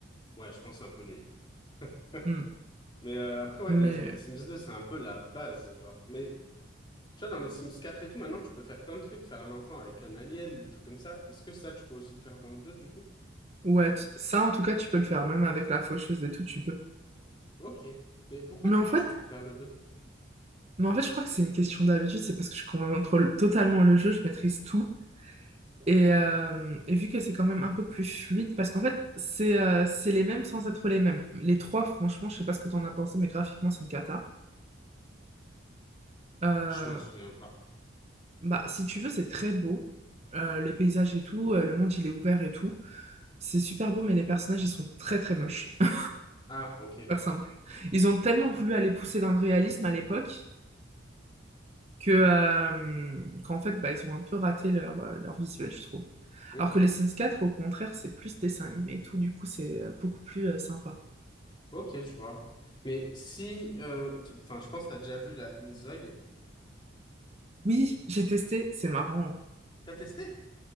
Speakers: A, on the left; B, on the right.
A: Ouais, je pense que c'est un peu nul. <laughs>
B: Hmm.
A: Mais euh, après, ouais,
B: Mais
A: les, les Sims deux, c'est un peu la base, genre. Mais tu vois, dans les Sims quatre et tout, maintenant, tu peux faire plein de trucs, faire un enfant avec un alien, des trucs comme ça. Est-ce que ça, tu peux aussi le faire dans le deux, du coup?
B: ouais, tu- ça, en tout cas, tu peux le faire. Même avec la faucheuse et tout, tu peux.
A: Ok. Mais pourquoi,
B: Mais
A: du
B: en
A: coup,
B: fait,
A: tu préfères le deux?
B: mais en fait, je crois que c'est une question d'habitude. C'est parce que je contrôle totalement le jeu, je maîtrise tout. Et, euh, et vu que c'est quand même un peu plus fluide, parce qu'en fait, c'est euh, c'est les mêmes sans être les mêmes. Les trois, franchement, je sais pas ce que t'en as pensé, mais graphiquement, c'est une cata. Euh,
A: Je m'en souviens pas.
B: bah, si tu veux, c'est très beau. Euh, les paysages et tout, euh, le monde, il est ouvert et tout. C'est super beau, mais les personnages, ils sont très, très moches. <laughs> Pour
A: Ah, ok.
B: Faire simple. Ils ont tellement voulu aller pousser dans le réalisme à l'époque que, euh, qu'en fait, bah, ils ont un peu raté leur, euh, leur visuel, je trouve.
A: Ok.
B: Alors que les Sims quatre, au contraire, c'est plus dessin animé et tout, du coup, c'est euh, beaucoup plus euh, sympa.
A: Ok, je vois. Mais si... euh, t- Enfin, je pense que tu as déjà vu la Inzoi.
B: Oui, j'ai testé, c'est marrant.
A: T'as testé?